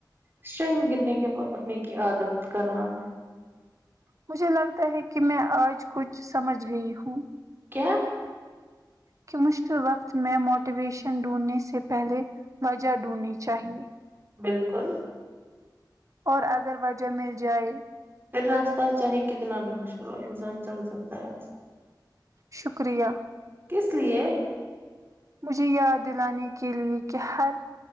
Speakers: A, on the right; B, on the right.
A: اسٹرنتھ گرنے کے بعد اپنے کی عادت کا نام ہے
B: مجھے لگتا ہے کہ میں آج کچھ سمجھ گئی ہوں
A: کیا
B: کہ مشکل وقت میں موٹیویشن ڈھونڈنے سے پہلے وجہ ڈھونڈنی چاہیے
A: بالکل
B: اور اگر وجہ مل جائے
A: پھر راستہ چاہے کتنا بھی مشکل ہو انسان چل سکتا ہے
B: شکریہ
A: کس لیے
B: مجھے یاد دلانے کے لئے کہ ہر